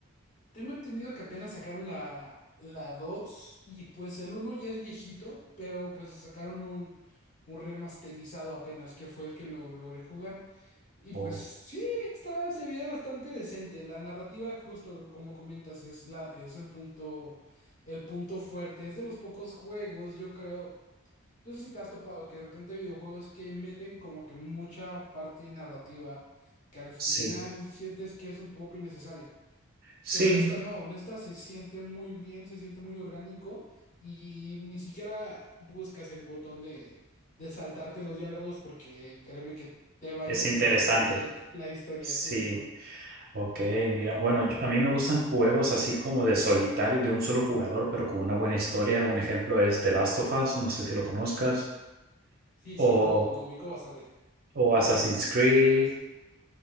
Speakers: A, on the left; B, on the right.
A: Tengo entendido que apenas sacaron la, la 2 y pues el uno ya es viejito, pero pues sacaron un, un remasterizado apenas, que fue el que lo logré jugar. Y pues
B: O
A: sí, está, se veía bastante decente. La narrativa, justo como comentas, es la, es el punto, el punto fuerte. Es de los pocos juegos, yo creo. No sé si te has topado que de repente hay videojuegos que meten como que mucha parte narrativa que al final
B: sí,
A: sientes que es un poco innecesaria.
B: sí,
A: Pero en esta no, en esta se siente muy bien, se siente muy orgánico y ni siquiera buscas el botón de, de saltarte los diálogos porque créeme que te va a
B: es
A: interesar
B: interesante.
A: eh, <laughs> la historia
B: Sí,
A: justo.
B: ok, mira, bueno, yo- a mí me gustan juegos así como de solitario, de un solo jugador, pero con una buena historia. Un ejemplo es The Last of Us, no sé si lo conozcas,
A: Sí,
B: o,
A: sí, lo, lo ubico bastante.
B: o Assassin's Creed,